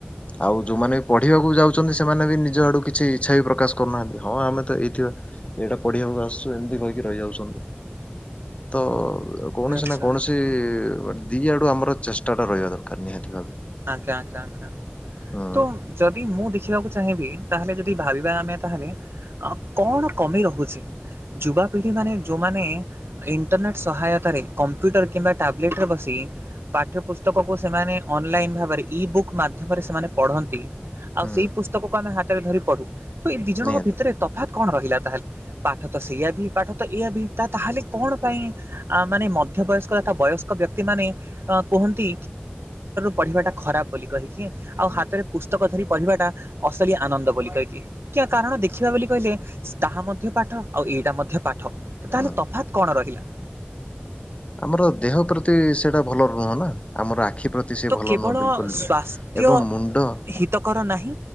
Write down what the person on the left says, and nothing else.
ଆଉ ଯୋଉମାନେ ପଢିବାକୁ ଯାଉଛନ୍ତି ସେମାନେ ବି ନିଜ ଆଡ଼ୁ କି ଛି ଇଛାବି ପ୍ରକାଶ୍ କରୁନାହାନ୍ତି ହଁ ଆମେତ ଏଇଥିବା ଏଇଟା ପଢିବାକୁ ଆସୁଚି ଏମତି କହିକି ରହିଯାଉଛି। ତ
କୌଣସି ନା କୌଣସି
ଦିଇ ଆଡୁ ଆମର ଚେଷ୍ଟାଟା ରହିବା ଦରକାର ନିହାତି ଭାବେ।
ହଁ
ହୁଁ
ନିହାତି
ହୁଁ
ହୁଁ।
ଆମର ଦେହ ପ୍ରତି ସେଇଟା ଭଲ ନୁହଁ ନା ଆମର ଆଖି ପ୍ରତି ସେ
ଭଲ
ନୁହଁ ବିଲକୁଲ ବି
ଏବଂ ମୁଣ୍ଡ